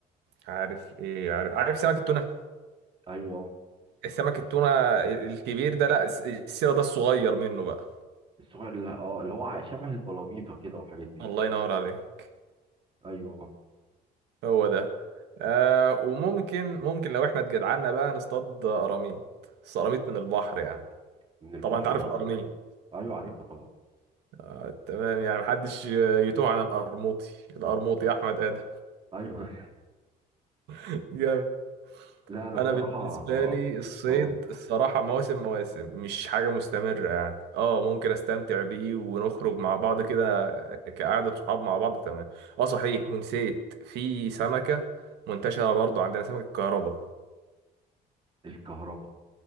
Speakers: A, on the right; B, on the right.
A: عارف ايه عارف عارف سمك التونة
B: ايوه
A: السمك التونة الكبير ده لا الس- السيرة ده الصغير منه بقى
B: الصغير اللي اه اللي هو ع- شبه البلاميطه كده والحاجات دي
A: الله ينور عليك
B: ايوه
A: هو ده آه وممكن ممكن لو احنا اتجدعنا بقى نصطاد قراميط بس قراميط من البحر يعني
B: من البحر
A: طبعا انت عارف
B: نفسه
A: القراميط
B: ايوه عارفها طبعا
A: آه تمام يعني محدش يتوه عن القرموطي القرموطي احمد ادم
B: ايوه
A: <laughs>
B: <laughs> لا انا
A: انا
B: بصراحه
A: بالنسبه
B: اه,
A: لي الصيد
B: آه.
A: الصراحه مواسم مواسم مش حاجه مستمره يعني اه ممكن استمتع بيه ونخرج مع بعض كده كقعده صحاب مع بعض تمام اه صحيح ونسيت في سمكه منتشره برضو عندنا سمك الكهرباء
B: الكهرباء